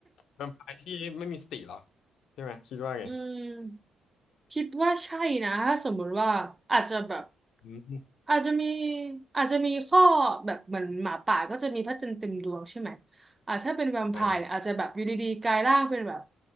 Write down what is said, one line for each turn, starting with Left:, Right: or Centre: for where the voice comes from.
Left: แวมไพร์ที่ไม่มีสติเหรอใช่ไหมคิดว่าไง
Right: <laughs> อืมคิดว่าใช่นะถ้าสมมุติว่าอาจจะแบบ
Left: อืม
Right: อาจจะมีอาจจะมีข้อแบบเหมือนหมาป่าก็จะมีพระจันทร์เต็มดวงใช่ไหมอ่าถ้าเป็นแวมไพร์เนี่ยอาจจะแบบอยู่ดีๆกลายร่างเป็นแบบ
Left: อ่า